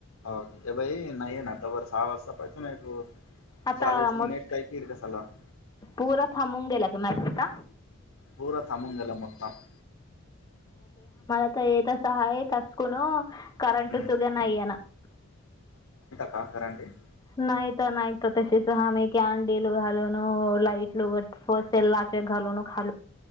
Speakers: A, on the left; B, on the left.
A: हे बाई नाहीये नाता वर सहा वाजता पाहितो ना एक <inaudible>
B: आता
A: चाळीस मिनिट काय फिर कसाला <inaudible>
B: पूरा मुंगेला क मता <inaudible>
A: पर तमुंगल मतम <inaudible>
B: आता येत सहाय तसकुन करंट
A: हम्म
B: सुगन आहे ना <inaudible>
A: कासाारे <inaudible>
B: नाहीत नाहीत तसेच हामे की अंडी लो घालून लाईट लोघट फसेेल लाचे घा <inaudible> खा